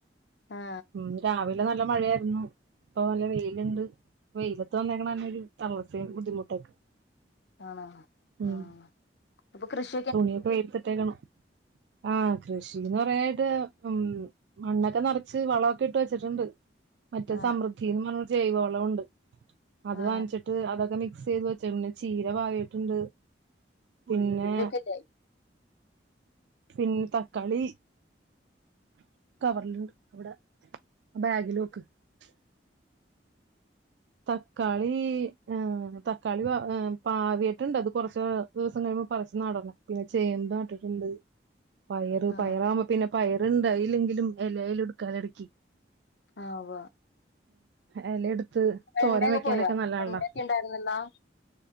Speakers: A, on the left; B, on the right.
A: ആ
B: ഉം രാവില് വിടെ നല്ല മഴയായിരുന്നു ഇപ്പൊ നല്ല വെയിലുണ്ട് വെയിലത്ത് വന്നേക്കുന്ന തന്നൊരു തള്ള് സേ ബുദ്ധിമുട്ടൊക്കെ
A: ആണാ
B: ഉം
A: ആ അപ്പൊ കൃഷ്
B: തുണിയൊക്കെ വെയിലത്തിട്ടെക്ക ആഹ കൃഷിന്ന് പറയായിട്ട് ഉം മണ്ണൊക്കെ നിറച്ച് വളമൊക്കെ ഇട്ട് വെച്ചിട്ടുണ്ട് മറ്റേ
A: ആ
B: സമൃദ്ധിന്ന് പറഞ്ഞ് ജൈവവളമുണ്ട് അത്
A: ആ
B: വാങ്ങിച്ചിട്ട് അതൊക്കെ മിക്സ്‌ ക്സ് ചെയ്ത് വെച്ചേക്കണെ. ചീര പാകീട്ടിണ്ട്, പിന്നെ
A: ണ്ടായി.
B: പിന്ന് തക്കാളി <unintelligible> തക്കാളി ഏഹ് തക്കാളി ഏഹ് പാകിയിട്ടുണ്ട് അത്‌ കൊറച്ച് ദിവസം കഴിയുമ്പോ പറിച്ച് നടണം. പിന്നെ ചേമ്പ് നട്ടിട്ടുണ്ട്. പയറു
A: ആ
B: പായറാവുമ്പോ പിന്നെ - പയറു ഇണ്ടായില്ലെങ്കിലും യല എങ്കിലും എടുക്കവല്ലോ ഇടയ്ക്ക്
A: ആ മ
B: യെല എടുത്തു
A: വെണ്ടയൊക്കെ
B: തോരൻ വയ്ക്കാൻ
A: പോയോ
B: ഓക്കേ നല്ലതാണല്ലോ
A: വെണ്ടയൊക്കെ ഉണ്ടായിരുന്നല്ലോ